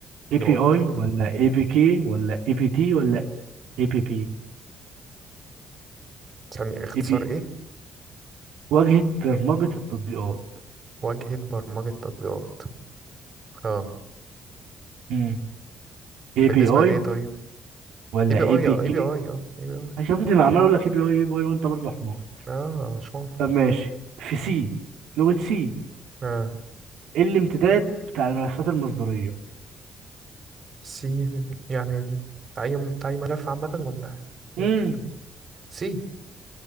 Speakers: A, on the right (about 85°); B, on the right (about 40°).
A: اي
B: يو
A: بي اي
B: اي طيب
A: ولا اي بي كي ولا اي بي تي ولا اي بي بي
B: ثانية اختصار
A: اي بي
B: ايه
A: واجهة برمجة التطبيقات
B: واجهة برمجة تطبيقات اه
A: امم اي
B: بالنسبة
A: بي اي
B: لايه طيب
A: ولا
B: اي بي
A: اي
B: اي
A: بي
B: اه
A: كي
B: اي بي اي اه اي بي اي
A: يا ابني ما عمال اقول لك اي بي اي اي بي اي وانت برضه حمار
B: اه مش ممكن
A: طب ماشي في سي لغة سي
B: اه
A: الامتداد بتاع الملفات المصدرية
B: سي يعني ال- تعيين تعيين ملف عامة ولا ايه
A: امم
B: سي